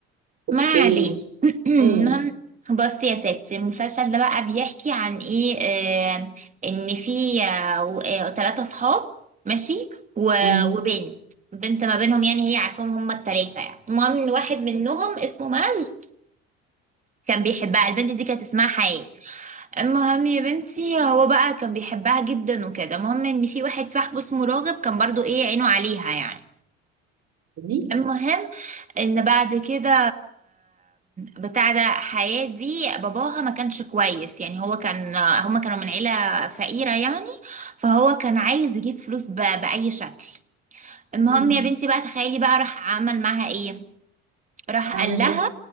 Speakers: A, on the right; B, on the right.
A: اوكي
B: ما علينا <clears throat> المهم،
A: امم
B: بصي يا ستي المسلسل ده بقى بيحكي عن ايه آه ان في ثلاثة صحاب ماشي و-
A: امم
B: وبنت بنت ما بينهم يعني هي عارفاهم هما التلاتة يعني المهم ان واحد منهم اسمه ماج كان بيحبها البنت دي كانت اسمها حياة المهم يا بنتي هو بقى كان بيحبها جدا وكده المهم ان في واحد صاحبه اسمه راغب كان برضو ايه عينه عليها يعني
A: اوكي
B: المهم ان بعد كده بتاع ده حياة دي باباها ما كانش كويس يعني هو كان هما كانوا من عيلة فقيرة يعني فهو كان عايز يجيب فلوس ب- بأي شكل المهم
A: أمم.
B: يا بنتي بقى تخيلي بقى راح عمل معاها ايه راح
A: اعمل
B: قال لها
A: ايه؟